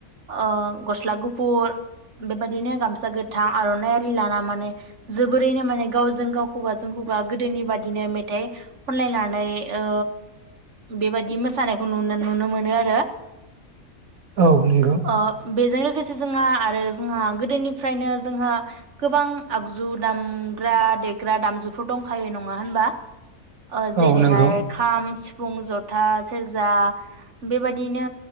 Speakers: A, on the right; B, on the right.
A: ओ गस्ला गुफुर बेबादि बिदिनो गामसा गोथां आरनाइआरि लाना माने जोबोरैनो माने गावजों गाव खुगाजों खुगा गोदोनि बादिनो मेथाइ खनलायनानै ओ बेबादि मोसानायखौ नुनो नुनो मोनो आरो।
B: औ नंगौ
A: ओ बेजों लोगोसे जोंहा आरो जोंहा गोदोनिफ्रायनो जोंहा गोबां आगजु दामग्रा देग्रा दामजुफोर दंखायो नङा होनबा? ओ जेरैहाय
B: औ नंगौ
A: खाम सिफुं, जथा, सेरजा बेबायदिनो